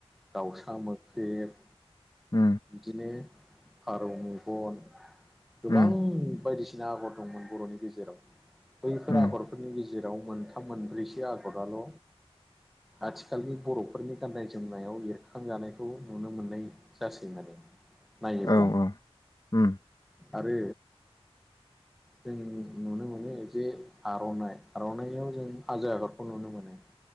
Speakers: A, in the centre; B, on the left.
A: दाउसा मोख्रेब।
B: उम
A: बिदिनो फारौ मेगन। गोबां
B: उम
A: बायदिसिना आगर दंमोन बर'नि गेजेराव बैफोर
B: उम
A: आगरफोरनि गेजेराव जेराव मोनथाम मोनब्रैसो आगरल'। आथिखालनि बर'फोरनि गाननाय जोमनायाव एरखांजानाय खौ नुनो मोननाय जासगोन नायोब्ला।
B: औ औ उम
A: आरो जों नुनो मोनो जे आर'नाइ आर'नाइाव जों हाजो आगादखौ नुनो मोनो।